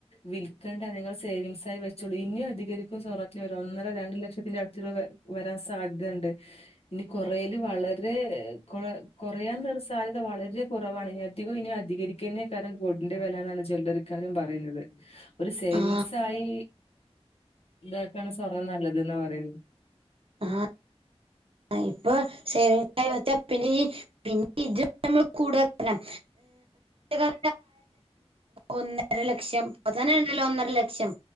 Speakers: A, on the left; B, on the right.
A: വിൽക്കേണ്ട നിങ്ങൾ സേവിങ്സ് ആയി വെച്ചുള്ളൂ ഇനിയും അധികരിക്ക സറ ഒ ഒന്നര രണ്ട ലക്ഷത്തിന്റെ അടുത്ത് വരാൻ സാധ്യതുണ്ട് ഇനി കൊറെൽ വളരെ കുറയാൻരു സാധ്യത വളരെ കുറവാണ് ഇതിന അധികം ഇനി അധികരിക്കതിനേക്കാലംഡിന്റെറെ വ ണ് ചിലക്കാരും പറയുന്നത് ഒരു സേവിങ്സ്
B: ആഹ്
A: ആയി ഇതാക്കാണ് സ്വർണം നല്ലത് ന്നാ പറയുന്നത്
B: ആഹ ആ ഇപ്പൊ സേവി പി പിന്ന ഇത് നമ്മ കൂടുതൽ കുള ഒന്നര ലക്ഷം അതനെ ഉണ്ടല്ലോ ഒന്നര ലക്ഷം